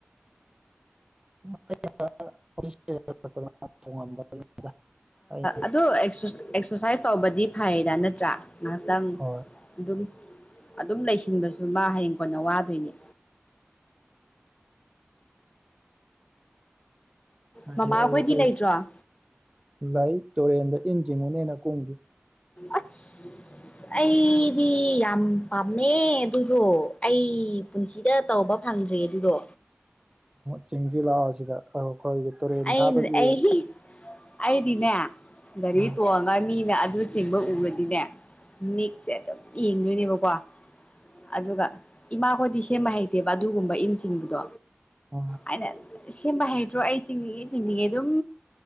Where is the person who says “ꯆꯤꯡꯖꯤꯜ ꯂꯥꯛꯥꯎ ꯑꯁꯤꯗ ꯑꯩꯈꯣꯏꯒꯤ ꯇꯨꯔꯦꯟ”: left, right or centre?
Right